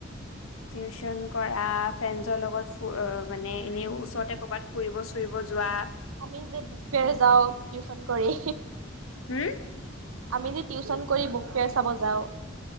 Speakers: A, on the left; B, on the right.
A: <inaudible> টিউচন কৰা ফ্ৰেণ্ডছৰ লগত মানে এনে ওচৰতে কৰ'বাত ফুৰিব চুৰিব যোৱা
B: আমি যে বুক ফেয়াৰ যাওঁ টিউচন কৰি
A: হুম
B: আমি যে টিউচন কৰি বুক ফেয়াৰ চাব যাওঁ